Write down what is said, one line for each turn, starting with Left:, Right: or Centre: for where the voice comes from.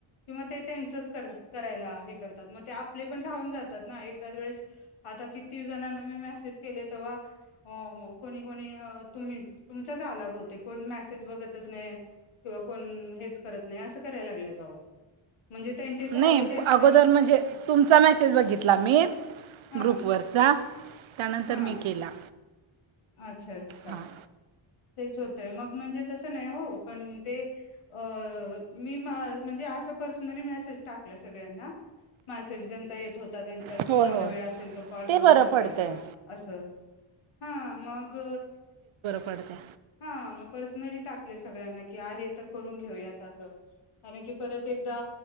Left: कि म ते त्यांचच करायला हे करतात मग ते आपले पण राहून जातात ना एखाद वेळेस आता किती जणांना मी मेसेज केले तव्हा हो हो कोणी, कोणी तुम्ही तुमचाच आलाभवते कोण मेसेज बघतच नाही. किंवा कोण हेच करत नाही अस कराय लागलेत आहो म्हणजे त्यांचे झालेले
Right: नाही
Left: अस
Right: अगोदर म्हणजे तुमचा मेसेज बघितला मी
Left: हा
Right: ग्रुपवरचा त्यानंतर
Left: हा
Right: मी केला.
Left: अच्छा. अच्छा
Right: हां.
Left: तेच होतय मग म्हणजे तसं नाही हो पण ते अ मी म्हणजे असं पर्सनली मेसेज टाकला सगळ्यांना मेसेज ज्यांचा येत होता त्यांचा
Right: होय
Left: की कोणाला
Right: होय
Left: वेळ असेल तर कॉल
Right: ते
Left: करू
Right: बरं
Left: शकताय
Right: पडतंय
Left: का असं हा मग
Right: पडता
Left: हा मग पर्सनली टाकले सगळ्यांना की आहे तर करून घेऊयात असं. कारण की परत एकदा